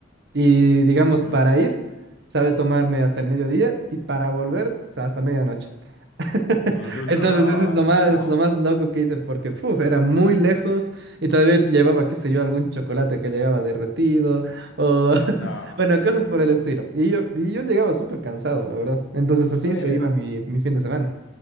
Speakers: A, on the right; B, on the left.
A: Y digamos,
B: Ujú.
A: para ir, sabe tomarme hasta el mediodía y para volver hasta medianoche. <laughs>
B: Ujú.
A: Entonces,
B: No,
A: eso es lo más,
B: mira vos.
A: lo más loco que hice porque puf, era muy lejos y todavía llevaba, qué sé yo, algún chocolate que llegaba derretido o, <laughs>
B: No,
A: bueno,
B: sí.
A: cosas por el estilo. Y yo, y yo llegaba súper cansado, la verdad. Entonces, así
B: Está bien.
A: se iba mi, mi fin de semana.